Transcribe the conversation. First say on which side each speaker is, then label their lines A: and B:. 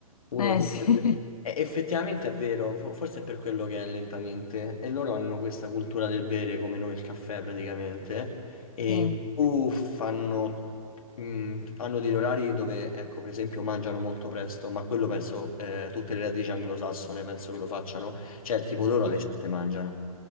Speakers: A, on the left (about 70°); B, on the left (about 80°).
A: Uno
B: eh
A: di-
B: sì,
A: E effettivamente è vero, fo- forse è per quello che è lentamente. E loro hanno questa cultura del bere come noi il caffè praticamente. E
B: <laughs> sì.
A: in più fanno, mh, hanno degli orari dove, ecco, per esempio, mangiano molto presto, ma quello penso, eh, tutte le radici anglosassone penso che lo facciano. Cioè, tipo loro alle
B: Mm.
A: 7 mangiano,